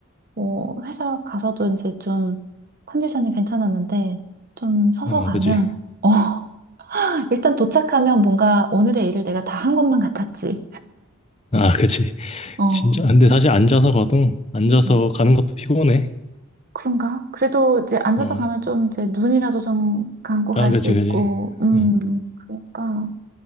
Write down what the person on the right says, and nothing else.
뭐 회사 가서도 이제 좀 컨디션이 괜찮았는데 좀 서서
가면
<laughs> 어 일단 도착하면 뭔가 오늘의 일을 내가 다 한 것만 같았지.
어
음.
그런가? 그래도 이제 앉아서
가면 좀 이제 눈이라도 좀 감고
갈
수 있고
음
그러니까